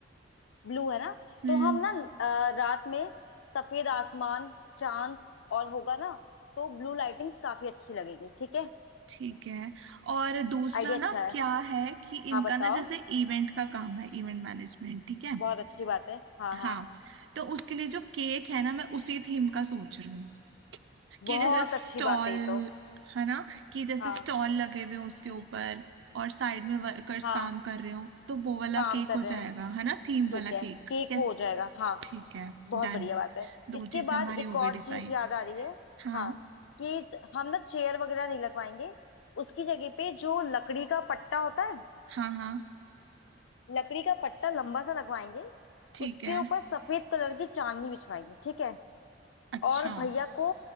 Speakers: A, on the left; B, on the right.
A: ब्लू है ना
B: हम्म
A: तो हम ना अ, रात में सफेद आसमान चांद और होगा ना तो ब्लू लाइटिंग्स काफी अच्छी लगेगी ठीक है
B: ठीक है और दूसरा
A: आइडिया
B: ना
A: अच्छा है
B: क्या है कि इनका
A: हाँ बताओ
B: ना जैसे इवेंट का काम है इवेंट मैनेजमेंट ठीक है
A: बहुत अच्छी बात है हाँ
B: हाँ
A: हाँ
B: तो उसके लिए जो केक है ना मैं उसी थीम का सोच रही हूँ
A: बहुत
B: कि जैसे स्टॉल
A: अच्छी बात है ये तो
B: है ना कि जैसे
A: हाँ
B: स्टॉल लगे हुए हैं उसके ऊपर और साइड में वर्कर्स
A: हाँ
B: काम कर रहे हो तो वो वाला
A: काम
B: केक
A: कर
B: हो
A: रहे
B: जाएगा
A: हैं
B: है ना थीम
A: ठीक
B: वाला
A: है
B: केक
A: केक
B: यस
A: वो हो जाएगा हाँ
B: ठीक है डन
A: बहुत बढ़िया बात है
B: दो
A: इसके
B: चीजें
A: बाद
B: हमारी
A: एक
B: हो गई
A: और
B: डिसाइड
A: चीज याद आ रही है
B: हाँ
A: हाँ कि हम ना चेयर वगैरह नहीं लगवाएंगे उसकी जगह पे जो लकड़ी का पट्टा होता है
B: हाँ हाँ
A: लकड़ी का पट्टा लंबा सा लगवाएंगे
B: ठीक
A: उसके
B: है
A: ऊपर सफेद कलर की चांदनी बिछवाएंगे ठीक है
B: अच्छा
A: और भैया को